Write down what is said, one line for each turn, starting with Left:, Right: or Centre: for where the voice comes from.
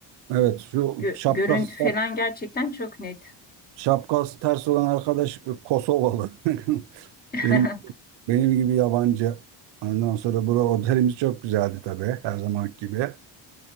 Right: Evet şu
Left: Gö-
Right: şapkası
Left: görüntü
Right: şap-
Left: falan gerçekten çok net.
Right: şapkası ters olan arkadaş e, Kosovalı. <laughs>
Left: <laughs>
Right: Benim benim gibi yabancı. Ondan sonra bura otelimiz çok güzeldi tabii her zaman gibi.